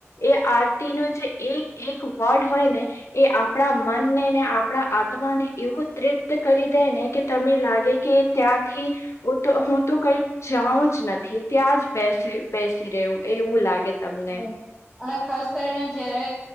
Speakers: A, on the left; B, in the centre.
A: એ આરતી નો જે એક એક વર્ડ હોય ને એ આપણા મનને ને આપણા આત્માને એવું તૃપ્ત કરી દે ને કે તમે લાગે કે ત્યાંથી તો હું તો કઈક જાઉં જ નથી ત્યાં જ બેસી બેસી રેહ એવું લાગે. તમને
B: એમ. અને ખાસ કરીને જયારે